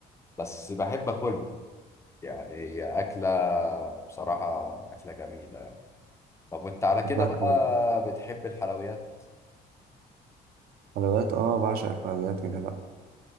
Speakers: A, on the left; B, on the right.
A: بس بحب اكلها يعني هي اكله بصراحه اكله جميله يعني طب وانت على كده
B: بحبها
A: بقى
B: قوي
A: بتحب الحلويات
B: حلويات اه بعشق الحلويات يا جدع